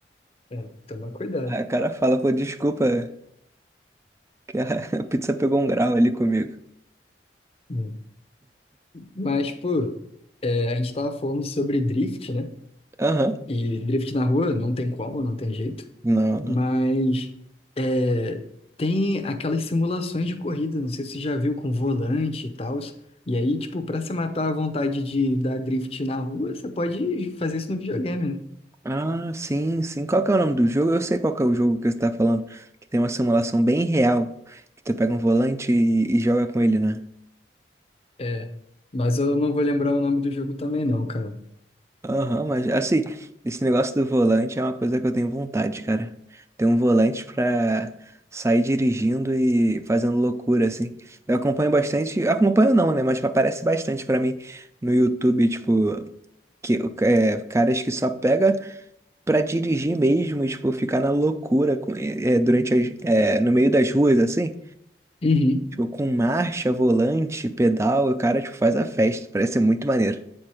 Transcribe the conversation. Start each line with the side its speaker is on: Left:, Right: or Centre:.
Left: É, toma cuidado.
Right: Aí o cara fala, pô, desculpa, que a <laughs> a pizza pegou um grau ali comigo.
Left: Hum. Mas, pô, é, a gente tava falando sobre drift, né?
Right: Aham.
Left: E drift na rua não tem como, não tem jeito.
Right: Não, não.
Left: Mas é, tem aquelas simulações de corrida, não sei se você já viu com volante e tal. E aí, tipo, pra você matar a vontade de dar drift na rua, você pode fazer isso no videogame, né?
Right: Ah, sim, sim. Qual que é o nome do jogo? Eu sei qual que é o jogo que você tá falando. Que tem uma simulação bem real. Que tu pega um volante e, e joga com ele, né?
Left: É, mas eu não vou lembrar o nome do jogo também, não, cara.
Right: Aham, mas assim, esse negócio do volante é uma coisa que eu tenho vontade, cara. Ter um volante pra sair dirigindo e fazendo loucura, assim. Eu acompanho bastante, acompanho não, né? Mas aparece bastante pra mim no YouTube, tipo, que, é, caras que só pega pra dirigir mesmo, e, tipo, ficar na loucura com- é, é, durante as, é, no meio das ruas, assim.
Left: Uhum.
Right: Tipo, com marcha, volante, pedal, o cara, tipo, faz a festa. Parece ser muito maneiro.